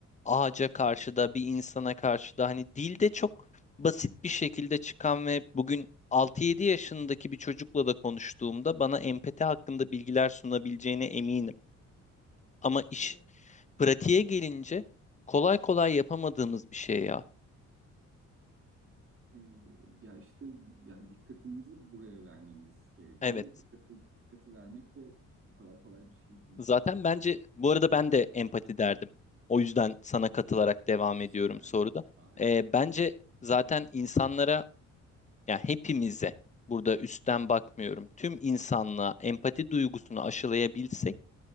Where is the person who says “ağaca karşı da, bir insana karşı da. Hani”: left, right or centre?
Left